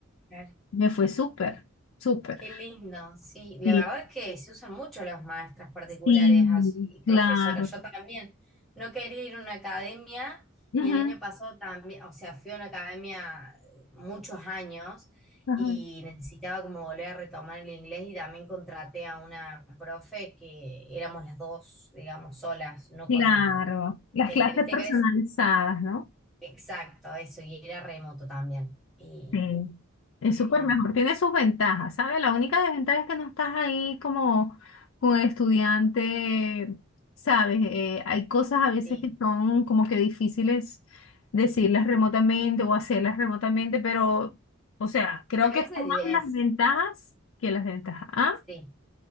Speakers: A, in the centre; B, on the left.
A: Claro.
B: Me fue súper, súper.
A: Qué lindo, sí. La
B: Sí,
A: verdad que se usan mucho los maestras particulares
B: sí,
A: así,
B: claro.
A: profesoras. Yo también no quería ir a una academia
B: Ujú,
A: y el año pasado también, o sea, fui a una academia muchos años
B: Ajá.
A: y necesitaba como volver a retomar el inglés y también contraté a una profe que éramos las dos, digamos, solas, no
B: Claro,
A: con, con
B: las
A: gente.
B: clases
A: Viste
B: personalizadas,
A: que a veces
B: ¿no?
A: Exacto, eso, y era remoto también. Y
B: Sí, es
A: muy
B: súper
A: bien,
B: mejor. Tiene sus ventajas, ¿sabes? La única desventaja es que no estás ahí como con el estudiante, ¿sabes? Eh, hay cosas a veces
A: sí.
B: que son como que difíciles decirlas remotamente o hacerlas remotamente, pero, o sea, creo
A: Te
B: que
A: va a ir
B: son
A: de
B: más
A: diez,
B: las ventajas que las desventajas. Ah,
A: sí.